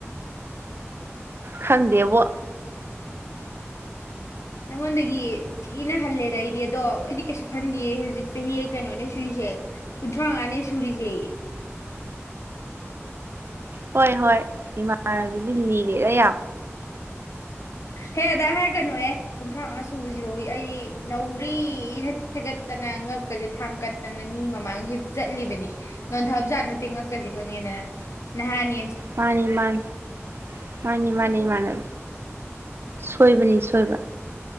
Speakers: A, on the right (about 55°); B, on the left (about 75°).
A: ꯈꯪꯗꯦꯕꯣ
B: ꯅꯪꯉꯣꯟꯗꯒꯤ ꯊꯤꯅ ꯍꯜꯂꯦꯗ ꯑꯩꯗꯤ ꯑꯗꯣ ꯑꯩꯗꯤ ꯀꯩꯁꯨ ꯈꯟꯗꯦ ꯍꯧꯖꯤꯛ ꯆꯍꯤ ꯀꯩꯅꯣꯅꯦ ꯁꯨꯏꯁꯦ ꯀꯨꯟꯊ꯭ꯔꯥ ꯉꯥꯅꯦ ꯁꯨꯔꯤꯖꯦ
A: ꯍꯣꯏ ꯍꯣꯏ ꯏꯃꯥꯟꯅꯕꯤꯗꯤ ꯂꯤꯔꯦꯗ ꯌꯥꯝ
B: ꯍꯦ ꯑꯗꯥ ꯍꯥꯏꯔꯀꯅꯣꯍꯦ ꯀꯨꯟꯊ꯭ꯔꯥ ꯉꯥ ꯁꯨꯕꯁꯤꯕꯧ ꯑꯩ ꯅꯧꯔꯤꯅ ꯊꯦꯒꯠꯇꯅ ꯉꯛꯀꯁꯦ ꯊꯥꯡ ꯒꯠꯇꯅ ꯃꯤ ꯃꯃꯥꯡꯁꯤꯗ ꯆꯠꯂꯤꯕꯅꯤ ꯅꯣꯟꯊꯕ ꯖꯥꯠ ꯅꯠꯇꯦ ꯉꯛꯀꯁꯦ ꯈꯪꯉꯦꯗꯅ ꯅꯍꯥꯅꯦ
A: ꯃꯥꯅꯤ ꯃꯥꯥꯟ ꯃꯥꯅꯤ ꯃꯥꯅꯤ ꯏꯃꯥꯅ ꯁꯨ ꯁꯣꯏꯕꯅꯤ ꯁꯣꯏꯕ